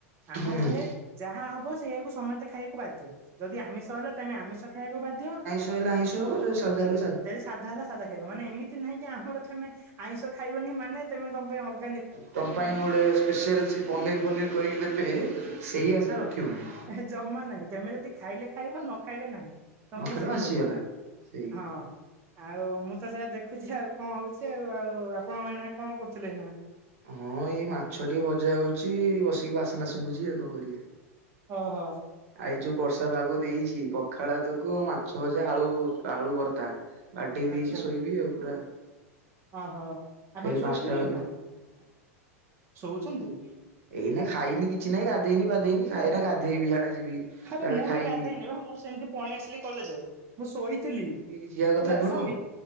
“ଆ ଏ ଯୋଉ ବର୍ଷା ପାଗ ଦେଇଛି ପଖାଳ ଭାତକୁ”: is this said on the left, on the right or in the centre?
Right